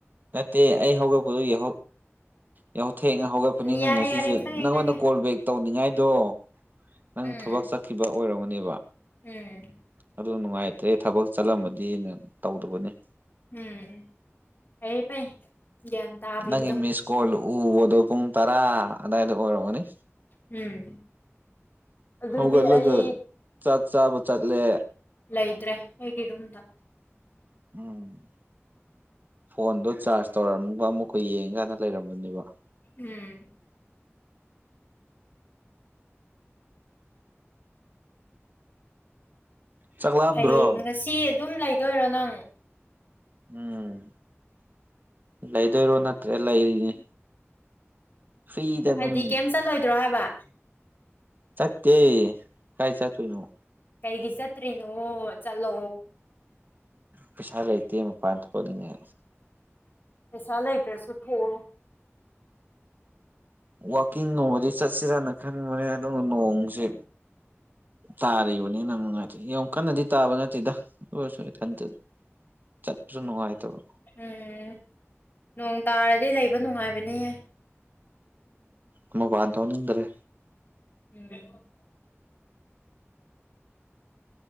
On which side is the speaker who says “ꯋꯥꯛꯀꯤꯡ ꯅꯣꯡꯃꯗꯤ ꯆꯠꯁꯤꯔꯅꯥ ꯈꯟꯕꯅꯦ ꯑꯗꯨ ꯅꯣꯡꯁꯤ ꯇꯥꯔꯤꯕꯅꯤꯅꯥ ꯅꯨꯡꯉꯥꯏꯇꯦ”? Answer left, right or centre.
Right